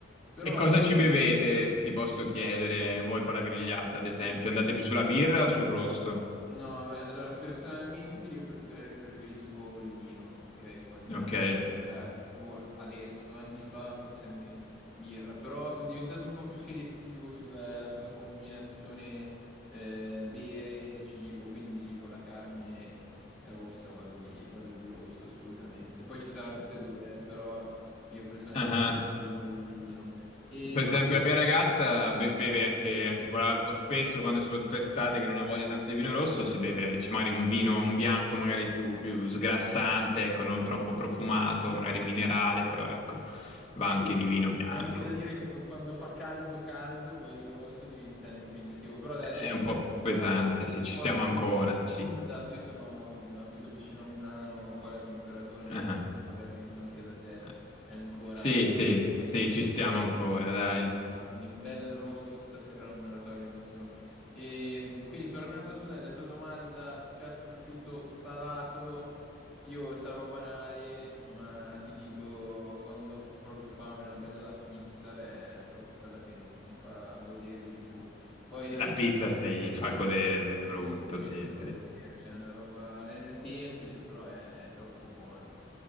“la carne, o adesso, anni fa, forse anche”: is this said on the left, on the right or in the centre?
Centre